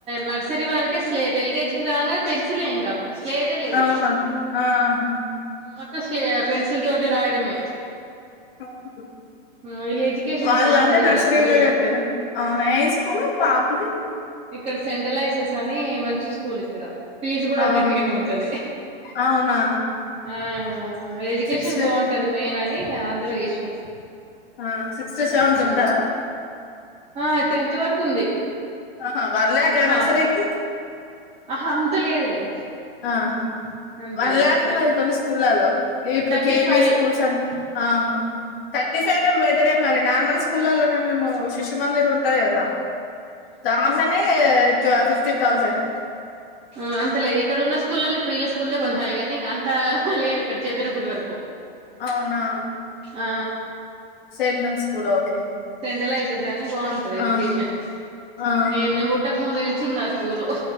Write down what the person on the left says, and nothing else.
అవునా
ఆహా
ఆ హుతే
వాళ్ళు
అంటే నర్సరీలో
చెప్పిరు అవునా ఏ స్కూల్ పాపది
అవును
అవునా
సిక్స్త్
ఆ సిక్స్ టు సెవెంత్
ఉంటదా
ఆ వన్ ల్యాక్ అయినాసరేకి
ఆహా
వన్
ల్యాక్ ఉన్నది కొన్ని స్కూళ్లల్లో ఇప్పుడు
కేవీ
స్కూల్స్ అం ఆహా థర్టీ ఫైవ్ టే బెటరే మరి నార్మల్ స్కూల్లనే మేము శిశుమందిర్ ఉంటంది కదా దాంట్లనే ఫిఫ్టీ థౌజండ్
అవునా
ఎండం స్కూల్ ఓకే
ఆహా ఆహా